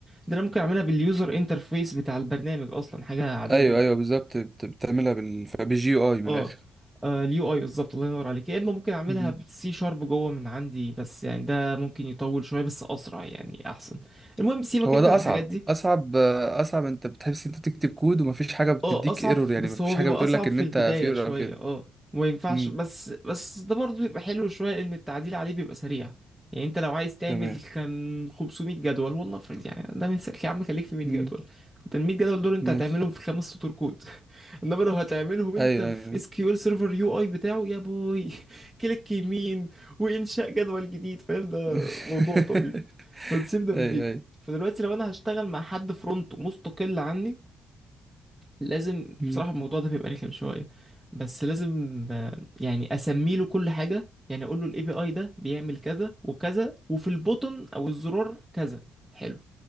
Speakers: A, in the centre; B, on the right (about 20°).
A: ده انا ممكن اعملها باليوزر انترفيس بتاع البرنامج اصلا حاجه عاديه
B: ايوه
A: جدا
B: ايوه بالظبط بت- بتعملها بال بالجي يو اي من
A: اه
B: الاخر
A: اليو اي بالظبط الله ينور عليك يا اما ممكن اعملها
B: مم.
A: بالسي شارب جوه من عندي بس يعني ده ممكن يطول شويه بس اسرع يعني احسن المهم سيبك
B: هو
A: انت
B: ده
A: من
B: اصعب
A: الحاجات دي
B: اصعب آه، اصعب انت بتحس انت بتكتب كود ومفيش حاجه بتديك
A: اه اصعب
B: ايرور يعني
A: بس
B: مفيش
A: هو
B: حاجه
A: بيبقى
B: بتقول
A: اصعب
B: لك ان
A: في
B: انت
A: البداية
B: في ايرور
A: شوية
B: او كده
A: اه وما ينفعش
B: مم.
A: بس بس ده برضه بيبقى حلو شوية لان التعديل عليه بيبقى سريع يعني انت لو عايز تعمل
B: تمام
A: كان 500 جدول والله افرض يعني ده مثال يا عم خليك في 100
B: مم.
A: جدول انت ال 100 جدول دول انت
B: ماشي
A: هتعملهم في خمس سطور كود <laughs> انما لو هتعملهم انت
B: ايوه
A: في
B: ايوه
A: اس كيو ال سيرفر يو اي بتاعه يا بوي <laughs> كليك يمين وانشاء جدول جديد فاهم ده
B: <laughs>
A: موضوع طويل فنسيب ده من
B: ايوه
A: دي
B: ايوه
A: فدلوقتي لو انا هشتغل مع حد فرونت مستقل عني لازم
B: أيوة.
A: بصراحة الموضوع ده بيبقى رخم شوية بس لازم آه، يعني اسمي له كل حاجة يعني اقول له الاي بي اي ده بيعمل كذا وكذا وفي البوتن او الزرار كذا حلو